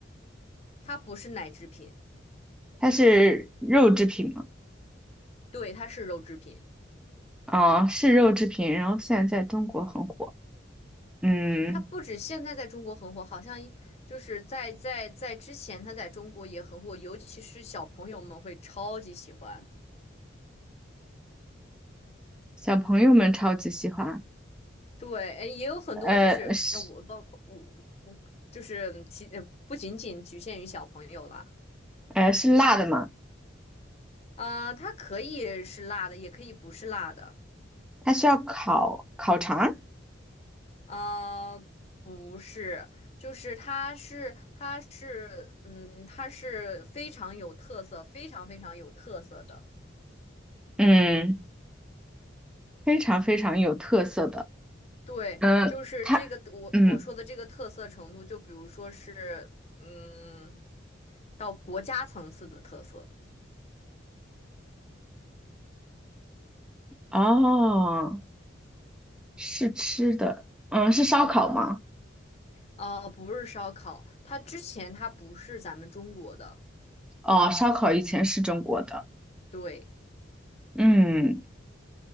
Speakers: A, on the left; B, in the centre.
A: 它不是奶制品，
B: 它是肉制品吗？
A: 对，它是肉制品。
B: 哦，是肉制品，然后现在在中国很火，嗯，
A: 它不止现在在中国很火，好像一就是在在在之前它在中国也很火，尤其是小朋友们会超级喜欢。
B: 小朋友们超级喜欢，
A: 对，哎，也有很多就是呃我包括我我就是其呃不仅仅局限于小朋友啦，
B: 呃是呃是辣的吗？
A: 啊、它可以是辣的，也可以不是辣的，
B: 它需要烤烤肠儿
A: 啊、不是，就是它是它是嗯它是非常有特色，非常非常有特色的。
B: 嗯，非常非常有特色的。
A: 对，
B: 嗯，
A: 就是这个我我说的这个特色程度，
B: 它，嗯，
A: 就比如说是，嗯，到国家层次的特色，
B: 哦，是吃的，嗯，是烧烤吗？
A: 嗯，呃，不是烧烤，它之前它不是咱们中国的，
B: 哦，烧烤以前是中国的，
A: 对，
B: 嗯，